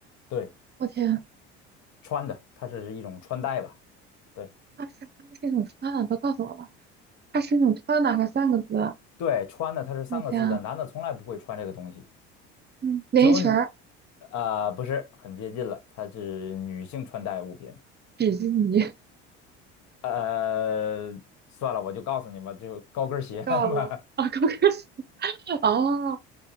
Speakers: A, on the left (about 60°); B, on the right (about 30°).
A: 对，
B: 我天，
A: 穿的，它是一种穿戴吧？对
B: 他是他是一种穿的，都告诉我吧，他是一种穿的，还三个字，
A: 对，穿的它是三个字的，
B: 我天啊
A: 男的从来不会穿这个东西，
B: 嗯，连衣裙儿、
A: 只有你，呃，不是很接近了，它是女性穿戴物品。
B: 比基尼、
A: 呃，算了，我就告诉你吧，就高跟鞋
B: 你告诉我啊，
A: <laughs> 嘛，
B: 高跟鞋，<laughs> 哦